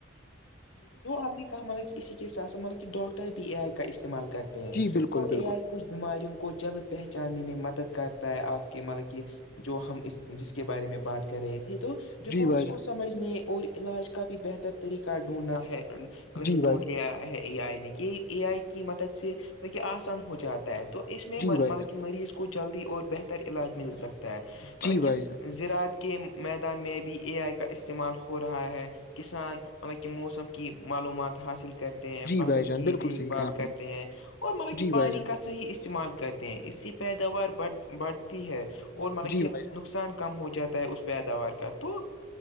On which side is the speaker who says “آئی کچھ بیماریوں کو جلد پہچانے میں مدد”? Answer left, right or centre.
Left